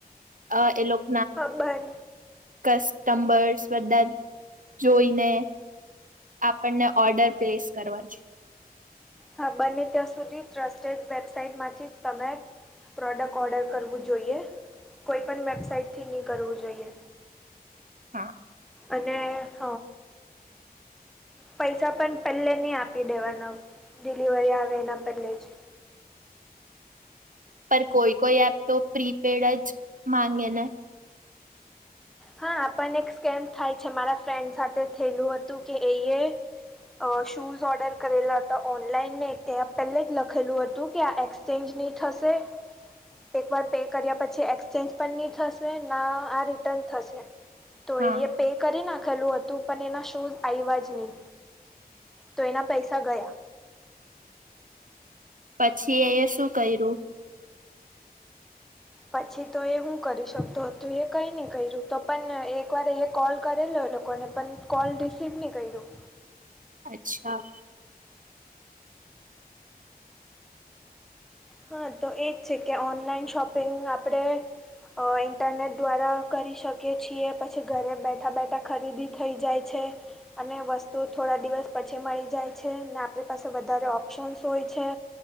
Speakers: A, on the right; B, in the centre.
A: અ એ લોકો
B: ખબર.
A: કસ્ટમર્સ બધા જોઈને આપણને ઓર્ડર પ્લેસ કરવા <unintelligible>
B: હા બને ત્યાં સુધી ટ્રસ્ટેડ વેબસાાઈટમાંથી જ તમે પ્રોડક્ટ ઓર્ડર કરવું જોઈએ કોઈ પણ વેબસાઇટ થી ની કરવું જોઈએ.
A: હા.
B: અને હ પૈસા પણ પેલે ની આપી દેવાના ડિલિવરી આવે એના પેલે જ
A: પર કોઈ કોઈ એપ તો પ્રીપેડ જ માંગે ને
B: હા પણ એક સ્કેમ થાય છે મારા ફ્રેન્ડ સાથે થેલું હતું કે એયે અ શૂઝ ઓર્ડર કરેલા હતા ઓનલાઈન ને ત્યાં પહેલે જ લખેલું હતું કે આ એક્સ ચેન્જ ની થશે. એક વાર પે કર્યા પછી એક્સચેન્જ પણ ની થશે ના આ રિટર્ન થશે તો
A: હા
B: એયે પે કરી નાખેલું હતું પણ એના શૂઝ આયવા જ ની. તો એના પૈસા ગયા.
A: પછી એયે શું કરયુ?
B: પછી તો એ હું કરી શકતો હતો એ કઈ નહી કર્યું તો પણ એક વાર એ કોલ કરેલો લોકોને પણ કોલ રિસીવ ની કર્યું.
A: અચ્છા.
B: હા તો એ જ છે કે ઓનલાઈન શોપિંગ આપણે અ ઇન્ટરનેટ દ્વારા કરી શકીએ છીએ પછી ઘરે બેઠા બેઠા ખરીદી થઈ જાય છે. અને વસ્તુ થોડા દિવસ પછી મળી જાય છે ને આપણી પાસે વધારે ઓપ્શન્સ હોય છે.